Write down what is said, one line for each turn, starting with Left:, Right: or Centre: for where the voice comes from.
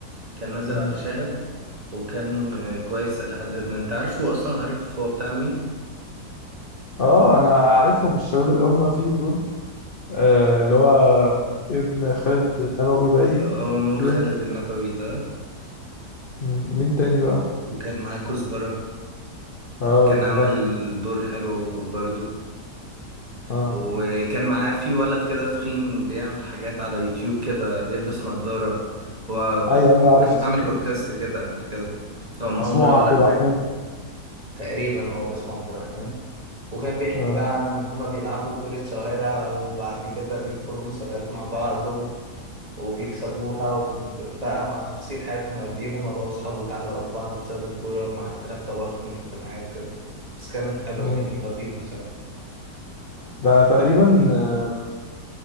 Right: كان نازل
Left: مم.
Right: على شاهد وكان آه، كويس لحد ما انت عارفه اصلا عارف هو بتاع مين
Left: اه انا عارفهم الشباب اللي هم فيه دول آه اللي هو ابن خالد النبوي باين
Right: اه
Left: وفي
Right: نور
Left: واحد
Right: خالد النبوي ده
Left: مم. ومين تاني بقى
Right: وكان معاه كزبرة
Left: اه
Right: كان
Left: المغني
Right: عامل دور حلو برضو
Left: اه
Right: وكان معاه في ولد كده تخين بيعمل حاجات على يوتيوب كده بيلبس نظارة هو
Left: ايوه
Right: ك-
Left: ايوه عرفته
Right: كان عامل بودكاست
Left: عرفته
Right: كده قبل كده هو معاهم
Left: اسمه
Right: الولد
Left: عبد الرحمن
Right: ده كان تقريبا اه اسمه عبد الرحمن وكان بيحكي
Left: اه
Right: بقى عن هما بيلعبوا كرة شوارع وبعد كده بيدخلوا مسابقات مع بعض و- وبيكسبوها وبقى مع تفاصيل حياتهم قد ايه هما بقوا صحاب واتعلقوا ببعض بسبب الكورة مع اختلاف طبقاتهم الاجتماعية وكده بس كان حلو
Left: مم.
Right: يعني لطيف بصراحة
Left: ده تقريبا آه